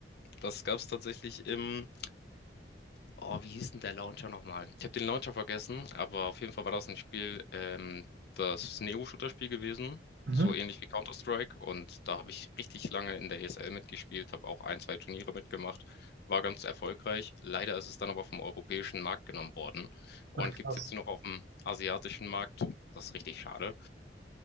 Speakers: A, on the left; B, on the right.
A: Das gab es tatsächlich im. Oh, wie hieß denn der Launcher nochmal? Ich habe den Launcher vergessen, aber auf jeden Fall war das ein Spiel, ähm, das ist ein EU-Shooter-Spiel gewesen,
B: Mhm.
A: so ähnlich wie Counter-Strike. Und da habe ich richtig lange in der ESL mitgespielt, habe auch ein, zwei Turniere mitgemacht, war ganz erfolgreich. Leider ist es dann aber vom europäischen Markt genommen worden und
B: Ach,
A: gibt
B: krass.
A: es jetzt nur noch auf dem asiatischen Markt. Das ist richtig schade.